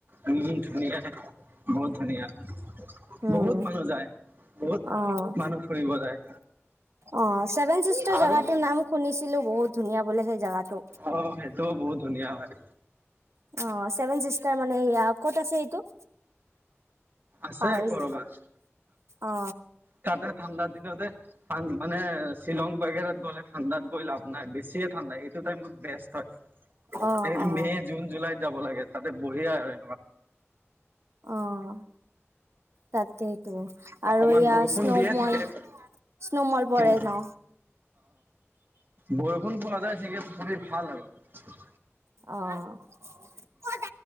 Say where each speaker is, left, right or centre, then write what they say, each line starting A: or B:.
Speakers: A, on the right; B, on the right.
A: উম ধুনীয়া বহুত ধুনীয়া
B: উম,
A: বহুত মানুহ যায় বহুত
B: অ',
A: মানুহ ফুৰিব যায়
B: অ' চেভেন চিষ্টাৰ
A: আৰু
B: জেগাটোৰ নাম শুনিছিলোঁ, বহুত ধুনীয়া বুলে সেই জাগাটো
A: অ' সেইটোও বহুত ধুনীয়া হয়।
B: অ', ছেভেন চিষ্টাৰ মানে এয়া ক'ত আছে এইটো?
A: আছে
B: পাহৰিলো
A: ক'ৰবাত,
B: অ
A: তাতে ঠাণ্ডা দিনতে <unintelligible> মানে শ্বিলং বাগেৰাত গ'লে ঠাণ্ডাত গৈ লাভ নাই, বেছিয়ে ঠাণ্ডা। এইটো টাইমত বেষ্ট হয়,
B: অ
A: এই
B: অ
A: মে' জুন জুলাইত যাব লাগে তাত। বঢ়িয়াই হয়।
B: অ'। তাতেইটো,
A: অকমান
B: আৰু এইয়া
A: বৰষুণ
B: স্নোমল,
A: দিয়ে থাকে
B: স্নোমল পৰে
A: কিন্তু
B: ন।
A: বৰষুণ পোৱা যায় <unintelligible> তথাপি ভাল আৰু।
B: অ'